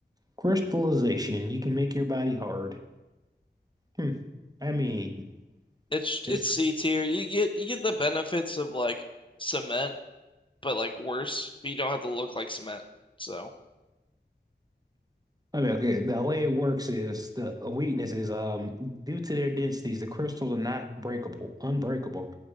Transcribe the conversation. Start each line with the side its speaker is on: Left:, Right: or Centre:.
Right: crystallization. You can make your body hard. Hmm. I mean,
Left: it's it's
Right: it's
Left: C tier. You get you get the benefits of like cement but like worse. But you don't have to look like cement. So,
Right: I mean, okay, the way it works is the a weakness is um due to their densities, the crystals are not breakable, unbreakable.